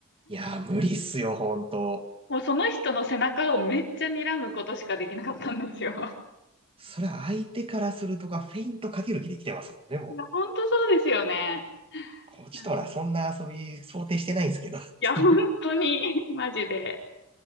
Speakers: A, on the right (about 25°); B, on the left (about 55°).
A: いやー無理っすよ、本当。
B: もうその人の背中をめっちゃ睨むことしかできなかったんですよ。
A: いや、それは相手からするとか、フェイントかける気で来てますもんね、もう。
B: いや、本当そうですよね。
A: こっちとらそんな遊び想定してないんですけど、
B: うん
A: っていう。
B: いや、本当に、マジで、